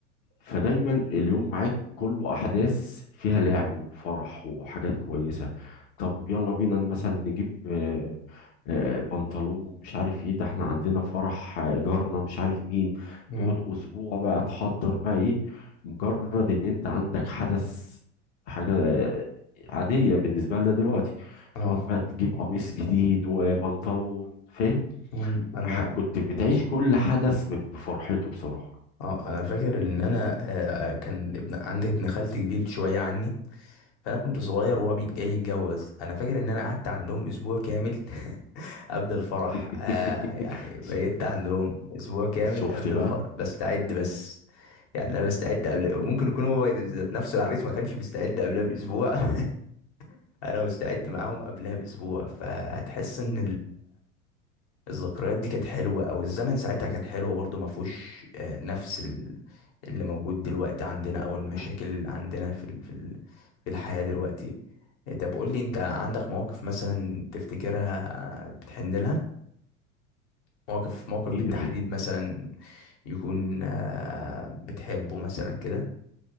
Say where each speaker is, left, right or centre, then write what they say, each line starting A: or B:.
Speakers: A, on the left; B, on the left.
A: فدايما اليوم معاك كله احداث فيها لعب وفرح وحاجات كويسه طب يلا بينا مثلا نجيب آه، آه، بنطلون ومش عارف ايه ده احنا عندنا فرح آه، جارنا مش عارف مين
B: امم
A: تقعد اسبوع بقى تحضر بقى ايه مجرد ان انت عندك حدث حاجه آه، عاديه بالنسبه لنا دلوقتي
B: اه
A: تقعد بقى تجيب قميص جديد وبنطلون فاهم
B: مم. انا
A: ح- كنت بتعيش كل حدث ب- بفرحته بصراحه
B: اه انا فاكر ان انا آه، كان ابن عندي ابن خالتي كبير شويه عني فانا كنت صغير وهو بي- جاي يتجوز انا فاكر ان انا قعدت عندهم اسبوع كامل <laughs> قبل الفرح
A: <laughs>
B: آه يعني بقيت عندهم اسبوع كامل
A: شفت
B: قبل
A: بقى
B: الفرح بستعد بس يعني انا بستعد قبل ممكن يكون هو ذات نفسه العريس ما كانش بيستعد قبلها باسبوع <laughs> انا مستعد معاهم قبلها باسبوع فهتحس ان الذكريات دي كانت حلوة او الزمن ساعتها كان حلو برضو ما فيهوش آه، نفس ال- اللي موجود دلوقتي عندنا او المشاكل
A: لا،
B: اللي عندنا في ال- في ال- في الحياة دلوقتي آه، طب قول لي انت عندك مواقف مثلا تفتكرها آه، بتحن لها موقف موقف
A: كتير
B: بالتحديد مثلا يكون آه، بتحبه مثلا كده